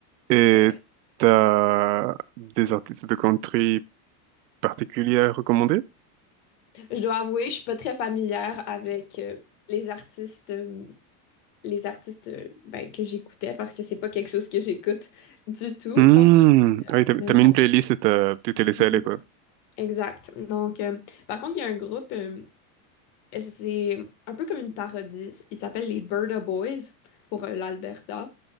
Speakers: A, on the right; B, on the left.
A: Et
B: Ouais.
A: t'as des artistes de country particuliers à recommander?
B: Je dois avouer, je suis pas très familière avec euh, les artistes, euh, les artistes euh, ben, que j'écoutais parce que c'est pas quelque chose que j'écoute du tout
A: Hmm.
B: quand je suis à
A: Ah oui, t'as
B: la
A: t'as
B: maison.
A: mis une playlist et t'as- tu t'es laissé
B: Mhm.
A: aller, quoi.
B: Exact. Donc, euh, par contre, il y a un groupe, euh, et c'est un peu comme une parodie. Il s'appelle les Birda Boys pour euh, l'Alberta,